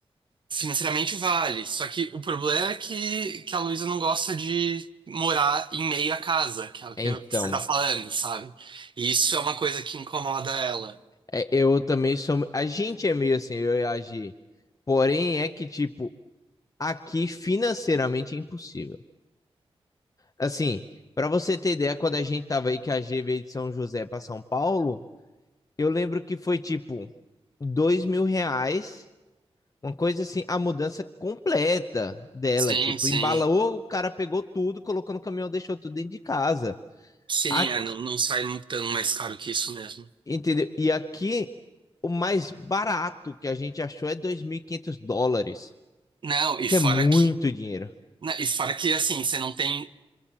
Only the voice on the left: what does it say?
Então.
É, eu também sou. A gente é meio assim, eu e a Gi. Porém, é que, tipo, aqui financeiramente é impossível. Assim, pra você ter ideia, quando a gente tava aí, que a G veio de São José pra São Paulo, eu lembro que foi tipo dois mil reais, uma coisa assim, a mudança completa dela.
Tipo,
embalou, o cara pegou tudo, colocou no caminhão, deixou tudo dentro de casa.
Aqui,
entendeu? E aqui, o mais barato que a gente achou é 2.500 dólares.
Que
é muito
dinheiro.